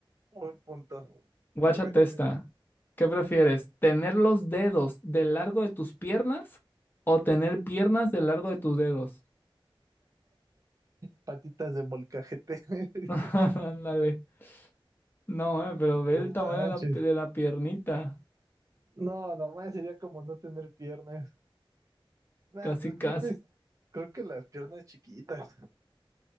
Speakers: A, on the right; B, on the left.
A: Buen punto.
B: Guáchate
A: A ver, <laughs>
B: esta.
A: échate.
B: ¿Qué prefieres? ¿Tener los dedos del largo de tus piernas o tener piernas del largo de tus dedos?
A: patitas de molcajete. <laughs>
B: <laughs> Ándale. No, eh, pero ve
A: No
B: el tamaño
A: manches.
B: de la, de la piernita.
A: No, nomás sería como no tener piernas. Nah,
B: Casi,
A: pues
B: casi.
A: creo que es- creo que las piernas chiquitas.